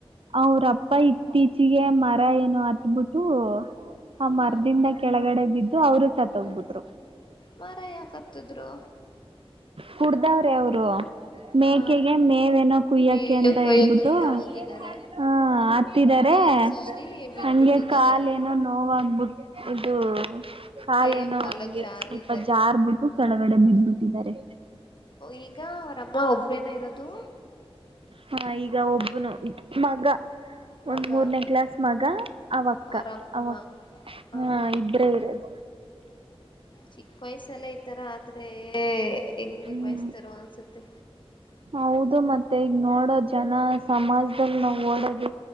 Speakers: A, on the right (about 60°); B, on the left (about 50°).
A: ಅವ್ರಪ್ಪ ಇತ್ತೀಚಿಗೆ ಮರ ಏನೋ ಹತ್ಬಿಟ್ಟು ಆ ಮರದಿಂದ
B: ಹ
A: ಕೆಳಗಡೆ ಬಿದ್ದು ಅವರು ಸತ್ತ್ ಹೋಗ್ಬಿಟ್ರು.
B: ಮರ ಯಾಕ್ ಹತ್ತದ್ರು.
A: ಕುಡ್ದಾವ್ರೆ ಅವರು. ಮೇಕೆಗೆ
B: ಆ
A: ಮೇವೇನೋ ಕುಯ್ಯಕೆ
B: ಮೇವು
A: ಅಂತ
B: ಕೊಯ್ಯಕಂತ
A: ಹೇಳ್ಬಿಟ್ಟು
B: ಹೋಗಿದ್ದಾರೆ
A: ಹಾ ಹತ್ತಿದಾರೆ
B: ಕೈ ಜಾರಿ ಬಿದ್ಬಿಟ್ಟಿದ್ದಾರೆ
A: ಹಂಗೆ ಕಾಲ ಇನ್ನೋ ನೋವ ಅಂದ್ ಅಂದ್ಬಿಟ್ಟು ಇದು ಕಾಲ
B: ಕೈಯ
A: ಏನೋ
B: ಕಾಲ
A: ಹಂಗೆ
B: ಜಾರಿ
A: ಸ್ವಲ್ಪ
B: ಇದೆ
A: ಜಾರ್ ಬಿಟ್ಟು ಕೆಳಗಡೆ ಬಿದ್ದ್ ಬಿಟ್ಟಿದ್ದಾರೆ.
B: ಈಗ ಅವರಮ್ಮ ಒಬ್ಬ್ರೇನೆ ಇರೋದು.
A: ಹಾ ಈಗ ಒಬ್ಬನು ಮಗ
B: ಮಗ
A: ಒಂದ್ ಮೂರನೇ ಕ್ಲಾಸ್ ಮಗ ಅವಕ್ಕ
B: ಅವರಮ್ಮ
A: ಅವ
B: ಆ
A: ಹ ಇಬ್ಬರೆ ಇರೋದು
B: ಚಿಕ್ಕ ವಯಸ್ಸಲ್ಲೆ ಈತರ ಆದ್ರೆ ಹೆಂಗೆ
A: ಹ್ಮ್
B: ಬಯಸ್ತಾರೋ ಅನ್ಸತ್ತೆ
A: ಹೌದು ಮತ್ತೆ ಈಗ ನೋಡೋ ಜನ ಸಮಾಜದಲ್ಲಿ ನಾವು ಓಡೋದು